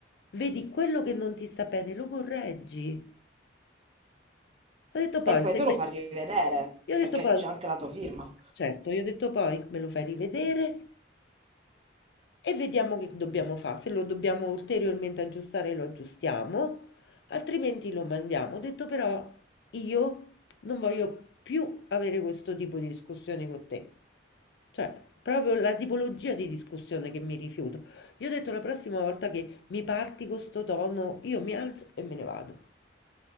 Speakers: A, on the left; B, on the right.
A: vedi quello che non ti sta bene, lo correggi. Ho detto poi,
B: poi
A: se
B: te
A: me...
B: lo fa rivedere,
A: Io ho detto
B: perché
A: poi,
B: c'è
A: se-
B: anche la tua firma.
A: certo, io ho detto poi, me lo fai rivedere e vediamo che dobbiamo fa', se lo dobbiamo ulteriormente aggiustare lo aggiustiamo, altrimenti lo mandiamo. Ho detto però io non voglio più avere questo tipo di discussioni con te. Cioè, proprio la tipologia di discussione che mi rifiuto. Io ho detto la prossima volta che mi parti con sto tono, io mi alzo e me ne vado.